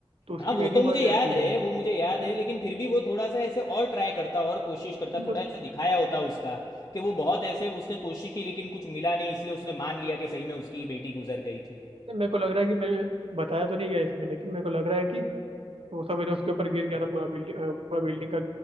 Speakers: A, on the right; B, on the left.
A: तो उसकी
B: हाँ वो
A: बेटी
B: तो मुझे
A: मर
B: याद
A: जाती
B: है
A: है
B: वो मुझे याद
A: मतलब
B: है लेकिन फिर भी वो थोड़ा सा ऐसे और ट्राई करता और कोशिश करता
A: कि मतलब
B: थोड़ा ऐसे दिखाया होता उसका कि वो बहुत ऐसे उसने कोशिश की लेकिन कुछ मिला नहीं इसलिए उसने मान लिया कि सही में उसकी बेटी गुजर गई थी
A: मेरे को लग रहा है कि मैंने बताया तो नहीं गया इसमें लेकिन मेरे को लग रहा है कि वो सब है ना उसके ऊपर गिर गया था पूरा बिल्डिंग पूरा बिल्डिंग का